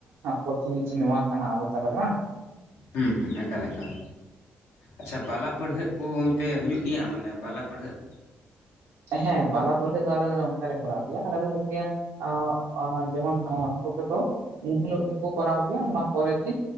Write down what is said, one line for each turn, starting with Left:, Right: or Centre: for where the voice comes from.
Right: ᱚᱯᱚᱨᱪᱩᱱᱤᱴᱤ ᱱᱚᱣᱟ ᱠᱟᱱᱟ᱾ ᱟᱵᱚ ᱛᱟᱞᱟᱨᱮ ᱵᱟᱝ?
Left: ᱦᱩᱸ ᱦᱩᱸ ᱮᱠᱟᱞ ᱮᱠᱟᱞ᱾ ᱟᱪᱪᱷᱟ ᱵᱟᱞᱟ ᱯᱟᱹᱲᱦᱟᱹᱜ ᱠᱚ ᱚᱱᱛᱮ ᱦᱩᱭᱩᱜ ᱜᱮᱭᱟ ᱢᱟᱱᱮ ᱵᱟᱞᱟ ᱯᱟᱹᱲᱦᱟᱹᱜ᱾
Right: ᱦᱮᱸ ᱵᱟᱞᱟ ᱯᱟᱹᱲᱦᱟᱹ ᱫᱚ ᱟᱞᱮ ᱱᱚᱝᱠᱟᱞᱮ ᱠᱚᱨᱟᱣ ᱜᱮᱭᱟ᱾ ᱟᱞᱮ ᱫᱚ ᱦᱩᱭᱜ ᱜᱮᱭᱟ ᱟ ᱟ ᱡᱮᱢᱚᱱ ᱟᱨ ᱚᱠᱚᱭ ᱠᱚᱫᱚ ᱩᱱᱦᱤᱞᱳᱜ ᱜᱮᱠᱚ ᱠᱚᱨᱟᱣ ᱠᱮᱭᱟ ᱚᱱᱟ ᱯᱚᱨᱮᱨ ᱫᱤᱱ᱾